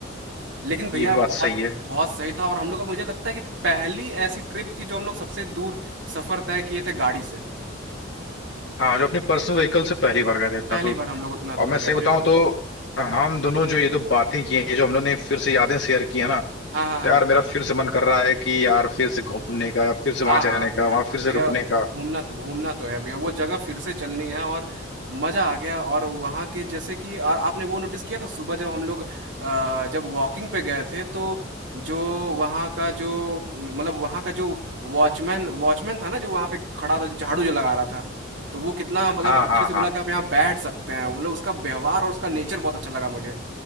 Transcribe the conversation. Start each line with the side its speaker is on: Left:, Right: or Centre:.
Right: लेकिन भैया
Left: ये भी बात
Right: बहुत
Left: सही है
Right: बहुत सही था और हम लोग का मुझे लगता है कि पहली ऐसी ट्रिप थी जो हम लोग सबसे दूर सफर तय किए थे गाड़ी से
Left: हाँ जो अपने पर्सनल व्हीकल से पहली बार गए थे इतना
Right: पहली
Left: तो
Right: बार हम लोग उतना
Left: और
Right: दूर
Left: मैं सही
Right: गए
Left: बताऊं
Right: थे
Left: तो हम दोनों जो ये जो बातें की हैं ये जो हम लोगों ने फिर से यादें शेयर की है ना
Right: हाँ
Left: तो
Right: हाँ हाँ
Left: यार मेरा फिर से मन कर रहा है कि यार फिर से घूमने का या फिर से
Right: हाँ
Left: वहां जाने
Right: हाँ
Left: का
Right: भैया
Left: वहां फिर से
Right: भैया
Left: अरे रुकने
Right: घूमना
Left: का
Right: तो घूमना तो है भैया वो जगह फिर से चलनी है और मजा आ गया और वहाँ के जैसे कि और आपने वो नोटिस किया था सुबह जब हम लोग अ, जब वॉकिंग पे गए थे तो जो वहाँ का जो न, मतलब वहाँ का जो वॉचमैन वॉचमैन था ना जो वहाँ पे खड़ा था जो झाड़ू जो लगा रहा था तो वो कितना
Left: हाँ
Right: मतलब अच्छे
Left: हाँ
Right: से
Left: हाँ
Right: बोला कि आप यहाँ बैठ सकते हैं मतलब उसका व्यवहार और उसका नेचर बहुत अच्छा लगा मुझे